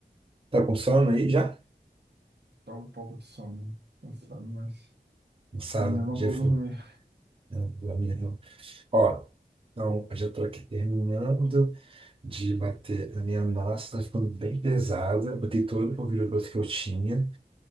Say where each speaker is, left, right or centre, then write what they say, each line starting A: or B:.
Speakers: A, on the right; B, on the right.
A: Tá com sono aí já?
B: Tô um pouco de sono, cansado, mas
A: Cansado,
B: ainda não
A: já
B: vou
A: foi.
B: dormir.
A: Não, não, não. Ó, então, eu já tô aqui terminando de bater a minha massa, tá ficando bem pesada. Botei todo o polvilho grosso que eu tinha.